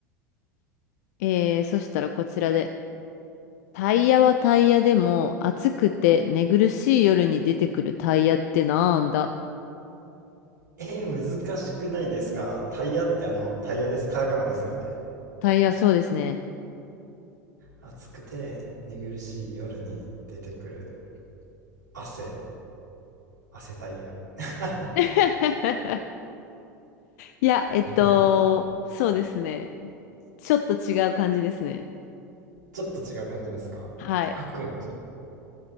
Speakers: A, on the left; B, on the right.
A: えー、そしたらこちらで。タイヤはタイヤでも暑くて寝苦しい夜に出てくるタイヤってなんだ
B: えー、難しくないですかタイヤってあの、タイヤです。カタカナですよね。
A: タイヤ、そうですね。
B: 暑くて寝苦しい夜に出てくる汗、汗タイヤ。<laughs>
A: <laughs> いや、えっと、
B: えー
A: そうですね。ちょっと違う感じですね。
B: ちょっと違う感じですか悪夢。
A: はい。